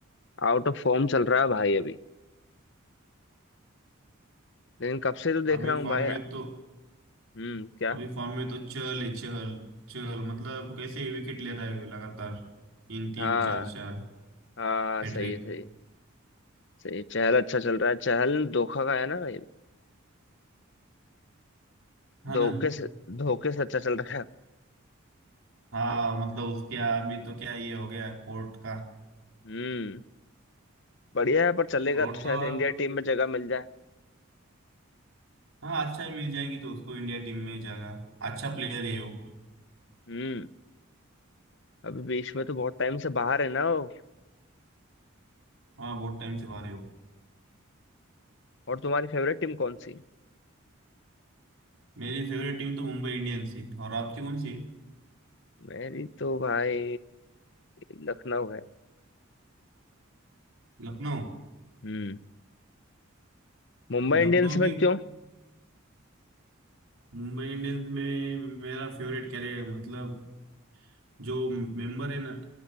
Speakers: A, on the left; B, on the right.
A: आउट ऑफ फॉर्म चल रहा है भाई अभी लेकिन कब से तो देख
B: अभी
A: रहा हूँ
B: फॉर्म
A: भाई
B: में तो
A: हम्म क्या
B: अभी फॉर्म में तो चहल है चहल चहल मतलब कैसे विकेट ले रहा है लगातार तीन तीन
A: हाँ
B: चार चार
A: हाँ
B: हैट्रिक
A: सही है सही है, सही है। चहल अच्छा चल रहा है चहल धोखा का है ना भाई
B: हाँ
A: धोखे
B: ना
A: से धोखे से अच्छा चल रहा है
B: हाँ मतलब उसके अभी तो क्या ये हो गया कोर्ट का
A: हम्म बढ़िया है पर चलेगा
B: और
A: तो शायद
B: तो और
A: इंडिया टीम में जगह मिल जाए
B: हाँ अच्छा ही मिल जाएगी तो उसको इंडिया टीम में जगह अच्छा प्लेयर है वो
A: हम्म अभी बीच में तो बहुत टाइम से बाहर है ना वो
B: हाँ बहुत टाइम से बाहर है वो
A: और तुम्हारी फेवरेट टीम कौन सी
B: मेरी फेवरेट टीम तो मुंबई इंडियंस है और आपकी कौन सी
A: मेरी तो भाई लखनऊ है
B: लखनऊ
A: हम्म मुंबई इंडियंस
B: लखनऊ भी
A: में क्यों
B: मुंबई इंडियंस में मेरा फेवरेट कैरे मतलब जो मेंबर है ना